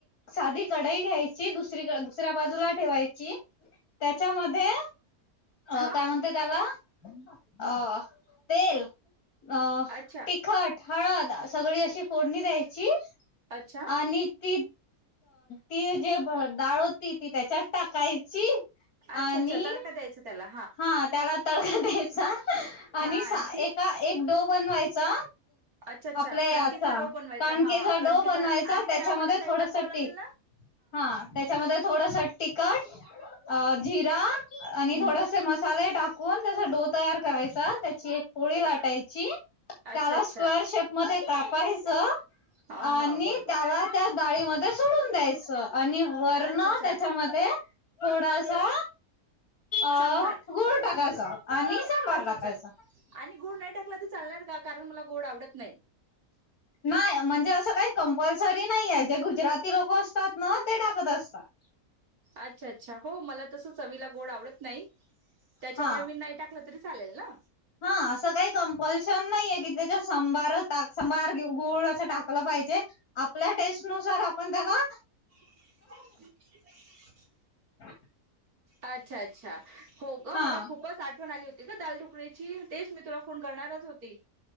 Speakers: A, on the left; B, on the right.
A: साधी कढाई घ्यायची दुसरी दुसऱ्या बाजूला ठेवायची त्याच्यामध्ये अ
B: हा
A: काय म्हणतेय त्याला अ तेल अ
B: अच्छा
A: तिखट हळद सगळी अशी फोडणी द्यायची.
B: अच्छा
A: आणि ती ती जे डाळ होती ती त्याच्या टाकायची आणि
B: अच्छा अच्छा तडका द्यायचा त्याला
A: हा त्याला तडका द्यायचा आणि
B: हा
A: सा
B: आणखी
A: ए एक डो बनवायचा.
B: अच्छा अच्छा
A: आपल्या याचा
B: कणकेचा डो बनवायचा
A: कणकेचा
B: हा हा कणकेचा
A: डो बनवायचा
B: आणि
A: त्याच्यामध्ये
B: त्यामध्ये काही
A: थोडस
B: टाकावं
A: टीक
B: लागेल ना
A: हा त्याच्यामध्ये थोडस तिकट अ जिरा आणि
B: हम्म
A: थोडसे मसा ले टाकून त्याचा डो तयार करायचा त्याची एक पोळी लाटायची. त्याला
B: अच्छा अच्छा
A: स्क्वेर शेप मध्ये कापायचं.
B: हा
A: आणि
B: हा बरोबर
A: त्याला त्या डाळीमध्ये सोडून द्यायच आणि वर्ण
B: अच्छा अच्छा
A: त्याच्यामध्ये थोडासा अ
B: सांबार
A: गुळ टाकायच आणि सांबार
B: अच्छा
A: टाकायच.
B: अच्छा आणि गुळ नाही टाकला तर चालणार का कारण मला गोड आवडत नाही.
A: नाही म्हणजे असं काही कंपल्सरी नाहीय जे गुजराती लोक असतात ना ते टाकत असतात. <inaudible>
B: अच्छा अच्छा हो मला तस चवीला गोड आवडत नाही त्याच्यामुळे
A: हा
B: मी नाही टाकलं तरीच चालेल ना.
A: हा असं काही कंपल्शन नाही आहे की त्याच्या सांबार गुळ अस टाकलं पाहिजे आपल्या टेस्ट नुसार आपण त्याला
B: ह
A: ह
B: अच्छा अच्छा हो ग
A: हा.
B: मला खूपच आठवण आली होती. का दाल ढुकळीची तेच मी तुला फोन करणारच होती.